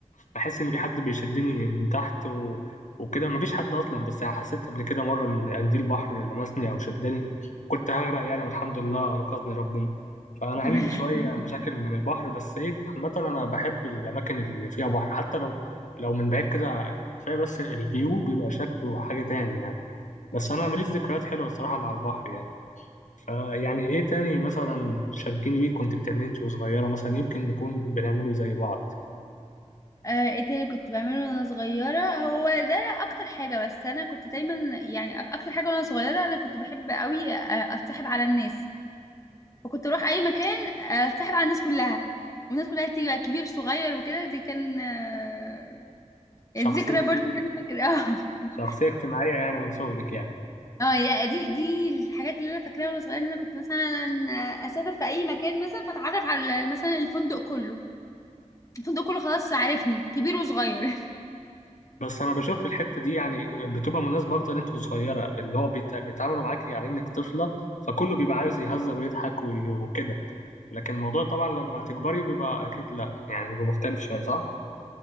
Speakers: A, on the left (about 75°); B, on the left (about 25°).
A: فبحس ان في حد بيشدني من من تحت و... وكده مفيش حد اصلا بس يعني حسيت قبل كده مره ان قنديل البحر لمسني او شدني كنت هغرق يعني والحمد لله انقذني ربنا فأنا عندي
B: تمام.
A: شوية مشاكل من البحر بس إيه عامة أنا بحب الأماكن اللي فيها بحر حتى لو لو من بعيد كده كفاية بس الفيو بيبقى شكله حاجة تاني يعني بس أنا ماليش ذكريات حلوة الصراحة مع البحر يعني فيعني إيه تاني مثلا شاركيني بيه كنت بتعمليه أنت وصغيرة مثلا يمكن نكون بنعمله زي بعض
B: آه، ايه تاني كنت بعمله وانا صغيرة هو ده اكتر حاجة بس انا كنت دايما يعني أك- اكتر حاجة وانا صغيرة انا كنت بحب قوي آه، اتصاحب على الناس فكنت اروح اي مكان اتصاحب على الناس كلها والناس كلها تيجي بقى كبير صغير وكده دي كان آه،
A: شخصية
B: يعني دي ذكرى برضه انا فاكراها <laughs>
A: شخصية اجتماعية يعني من صغرك يعني
B: اه يا دي دي الحاجات اللي انا فاكراها وانا صغيره ان انا كنت مثلا اسافر في اي مكان مثلا فاتعرف على مثلا الفندق كله الفندق كله خلاص عارفني كبير وصغير <laughs>
A: بس أنا بشوف الحتة دي يعني بتبقى مناسبة أكتر أنت وصغيرة اللي هو بيت- بيتعاملوا معاك على إنك طفلة فكله بيبقى عاوز يهزر ويضحك وي- وكده لكن الموضوع طبعا لما تكبري بيبقى اكيد لا يعني بيبقى مختلف شويه صح